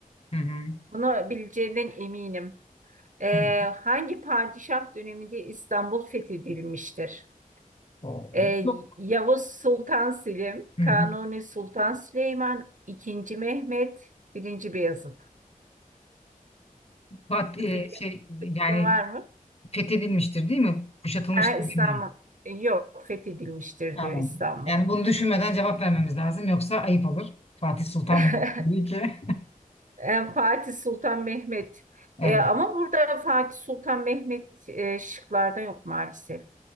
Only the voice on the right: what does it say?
Bunu bileceğinden eminim. Ee,
hangi padişah döneminde İstanbul fethedilmiştir?
E,
Yavuz Sultan Selim,
Kanuni
Sultan Süleyman, II. Mehmet, I. Beyazıt.
Biliyorsun
var mı?
Ha, İstanbul.
Yok, fethedilmiştir
diyor İstanbul.
<laughs>
E, Fatih Sultan Mehmet.
E, ama burada Fatih Sultan Mehmet e, şıklarda yok maalesef.